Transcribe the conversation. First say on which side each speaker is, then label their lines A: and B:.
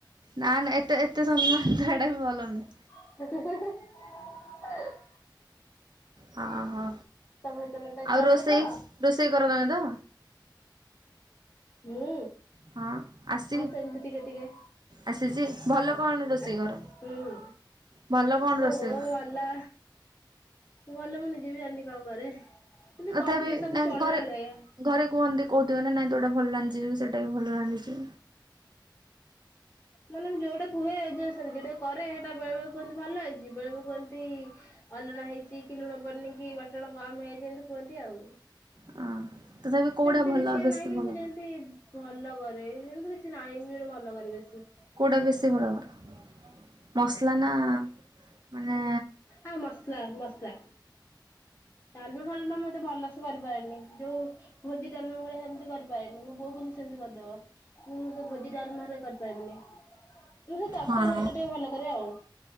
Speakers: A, on the right (about 65°); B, on the left (about 35°).
A: ନା ନା ଏତେ ଏତେ ସମ୍ମାନ ଦେବାଟା ବି ଭଲ ନୁହଁ।
B: <unintelligible>
A: ହଁ ହଁ।
B: ତମେ ତମେ ଟା ଚଳିବ
A: ଆଉ ରୋଷେଇ
B: ତ
A: ରୋଷେଇ କର ତମେ ତ?
B: ମୁଁ?
A: ହଁ ଆସି
B: ହଁ ସେମିତି ଟିକେ ଟିକେ।
A: ଆସିଛି ଭଲ
B: ହଁ,
A: କଣ ରୋଷେଇ କର?
B: ହୁଁ।
A: ଭଲ କଣ ରୋଷେଇ
B: ଓହୋ
A: କର
B: ଭଲ। ଭଲ ମୁଁ ନିଜେ ବି ଜାଣିନି କଣ କରେ? କିନ୍ତୁ
A: ତଥାପି
B: କରିଦିଏ ସବୁ
A: ନା
B: ଚଳିଲା
A: ଘରେ
B: ଭଳିଆ।
A: ଘରେ କୁହନ୍ତି, କହୁଥିବେ ନା ନାଇଁ ତୁ ଏଇଟା ଭଲ ରାନ୍ଧିଛୁ, ସେଟା ବି ଭଲ ରାନ୍ଧିଛୁ।
B: ମାନେ ମୁଁ ଯୋଉଟା ହୁଏ, ଯେ ସରି ମାନେ ମୁଁ ଯୋଉଟା କରେ ସେଇଟା ବେଳେବେଳେ କୁହନ୍ତି ଭଲ ହେଇଛି। ବେଳେବେକୁ କୁହନ୍ତି ଅଲଣା ହେଇଛି, କି ଲୁଣ ପଡ଼ିନି, କି ବାଟଣ କମ ହେଇଯାଇଛି। ଏମିତି କୁହନ୍ତି ଆଉ।
A: ହଁ ତଥାପି କୋଉଟା
B: ସେମିତି
A: ଭଲ
B: କିଛି
A: ବେଶୀ
B: ନାଇଁ କି
A: ଭଲ
B: ମୁଁ ଯେମତି
A: କର
B: ଭଲ କରେ। ଯେମିତି କିଛି ନାଇଁ ମୁଁ ଯୋଟା ଭଲ କରେ ବେଶି।
A: କେଉଁଟା ବେଶୀ ଭଲ କର? ମସଲା ନା ମାନେ
B: ହଁ ମସଲା, ମସଲା। ଡାଲମା ଫାଲମା ମୁଁ ଏତେ ଭଲସେ କରିପାରେନି। ଯୋଉ ଭୋଜି ଡାଲମା ଭଳିଆ ସେମିତି କରିପାରେନି। ମୋ ବୋଉ ସେମିତି କରିଦବ। ମୁଁ ସେ ଭୋଜି ଡାଲମା ହେରିକା କରିପାରିବିନି। ମୁଁ ସେ ତରକାରୀ
A: ହଁ
B: ଘରିକା ଟିକେ ଭଲ କରେ ଆଉ।